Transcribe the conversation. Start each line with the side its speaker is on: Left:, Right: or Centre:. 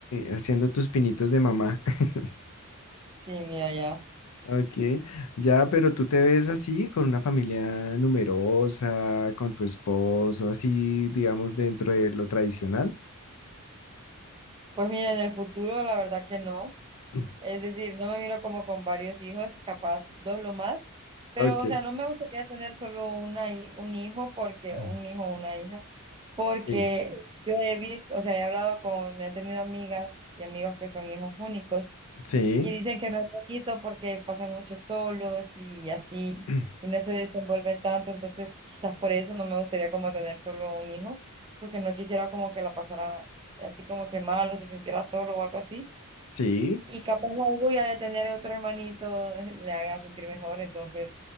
Left: Haciendo tus pinitos de mamá. <laughs>
Right: Sí, mira ya.
Left: Ok. Ya, pero tú te ves así, con una familia numerosa, con tu esposo, así, digamos, dentro de lo tradicional.
Right: Pues mira, en el futuro la verdad que no.
Left: <clears throat>
Right: Es decir, no me miro como con varios hijos, capaz dos lo más. Pero,
Left: Ok.
Right: o sea, no me gustaría tener solo una, hi- un hijo porque
Left: <clears throat>
Right: un hijo o una hija porque
Left: Sí.
Right: yo he visto, o sea, he hablado con, he tenido amigas y amigos que son hijos únicos
Left: Sí.
Right: y dicen que no es bonito porque pasan mucho solos y así,
Left: <clears throat>
Right: y no se desenvuelven tanto, entonces quizás por eso no me gustaría como tener solo un hijo, porque no quisiera como que la pasara así como que mal o se sintiera solo o algo así.
Left: Sí.
Right: Y capaz la orgullo de tener otro hermanito <laughs> le haga sentir mejor, entonces